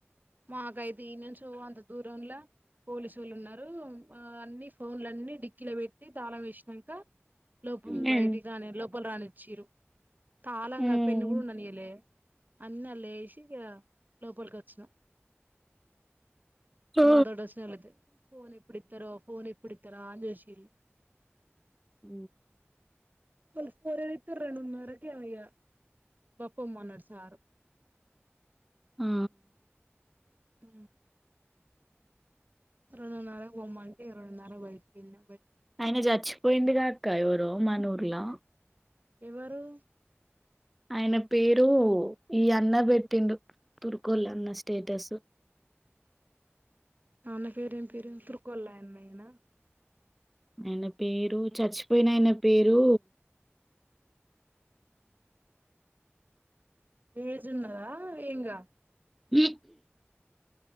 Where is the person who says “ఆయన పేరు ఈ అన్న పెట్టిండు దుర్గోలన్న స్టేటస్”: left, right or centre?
Centre